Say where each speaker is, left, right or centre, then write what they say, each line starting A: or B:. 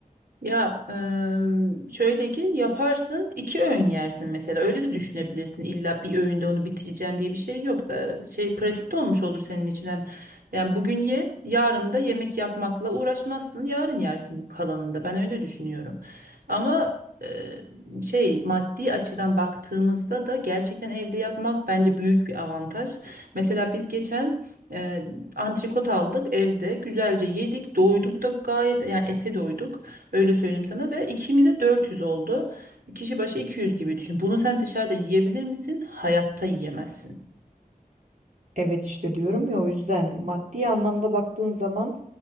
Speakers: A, on the right; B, on the right.
A: Ya eee, şöyle ki yaparsın iki öğün yersin mesela öyle de düşünebilirsin illa bir öğünde onu bitireceğim diye bir şey yok da şey pratikte olmuş olur senin için hem yani bugün ye yarın da yemek yapmakla uğraşmazsın yarın yersin kalanında ben öyle düşünüyorum ama eee, şey maddi açıdan baktığımızda da gerçekten evde yapmak bence büyük bir avantaj mesela biz geçen eee antrikot aldık evde güzelce yedik doyduk da gayet yani ete doyduk. Öyle söyleyeyim sana ve ikimize 400 oldu. Kişi başı 200 gibi düşün. Bunu sen dışarıda yiyebilir misin? Hayatta yiyemezsin.
B: Evet işte diyorum ya o yüzden maddi anlamda baktığın zaman